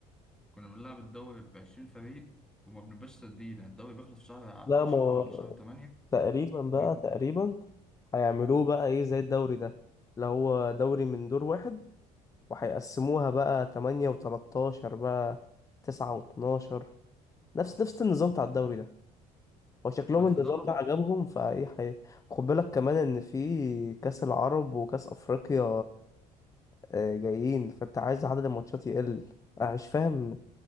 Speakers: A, in the centre; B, on the left (about 25°).
A: كنا بنلعب الدوري ب 20 فريق وما بنبقاش سادين الدوري بيخلص في شهر
B: لا
A: 10
B: ما هو
A: ولا شهر 8
B: تقريبا بقى
A: بيكون
B: تقريبا هيعملوه
A: مم.
B: بقى ايه زي الدوري ده اللي هو دوري من دور واحد وهيقسموها بقى 8 و13 بقى 9 و12 نفس نفس النظام بتاع الدوري ده هو شكلهم
A: بس
B: النظام
A: ده عبط
B: ده عجبهم فايه حي... خد بالك كمان ان في كاس العرب وكاس افريقيا آه، جايين فانت عايز عدد الماتشات يقل انا مش فاهم يعني